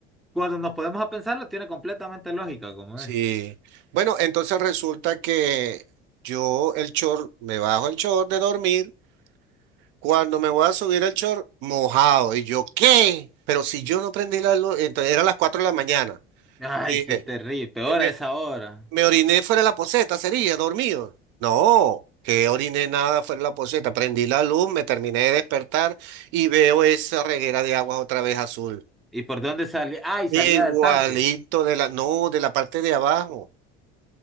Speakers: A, in the centre; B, on the right.
A: cuando nos podemos a pensarlo, tiene completamente lógica, como
B: Sí.
A: es.
B: Bueno, entonces resulta que yo el short, me bajo el short de dormir, cuando me voy a subir el short, mojado. Y yo, ¿qué? Pero si yo no prendí la luz, entonces eran las 4 de la mañana.
A: Ay,
B: Dije,
A: qué terrible, peor
B: eh, me,
A: a esa hora.
B: me oriné fuera de la poceta, sería, dormido. No, que oriné nada fuera de la poceta. Prendí la luz, me terminé de despertar y veo esa reguera de aguas otra vez azul.
A: ¿Y por dónde salía? Ay,
B: Igualito
A: salía del tanque.
B: de la, no, de la parte de abajo.